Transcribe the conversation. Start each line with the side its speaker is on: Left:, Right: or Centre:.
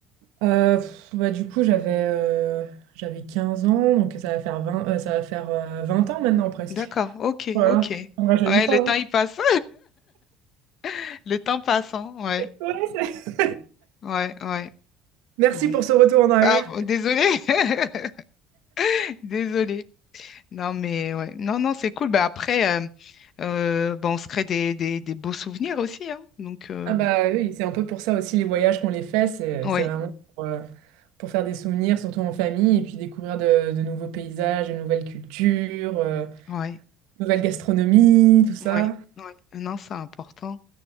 Right: Euh, pff, bah, du coup, j'avais euh, j'avais 15 ans, donc ça va faire vingt euh, ça va faire, euh, 20 ans maintenant, presque.
Left: D'accord, ok,
Right: Voilà,
Left: ok.
Right: on ne rajeunit
Left: Ouais,
Right: pas.
Left: le temps
Right: hein.
Left: il passe. <laughs> Le temps passe, hein. Ouais,
Right: <laughs> Ouais, c'est-
Left: ouais, ouais.
Right: Merci
Left: Bon.
Right: pour ce retour en arrière.
Left: Ah, bon, désolé. <laughs> Désolé. Non, mais ouais. Non, non, c'est cool. Bah, après, euh, euh, bah, on se crée des, des, des beaux souvenirs aussi, hein. Donc, euh,
Right: Ah bah
Left: bon.
Right: oui, c'est un peu pour ça aussi les voyages qu'on les fait, c'est
Left: Oui,
Right: c'est vraiment pour, euh, pour faire des souvenirs, surtout en famille, et puis découvrir de, de nouveaux paysages, de nouvelles cultures, euh,
Left: oui,
Right: nouvelle gastronomie, tout ça.
Left: oui, oui. Non, c'est important.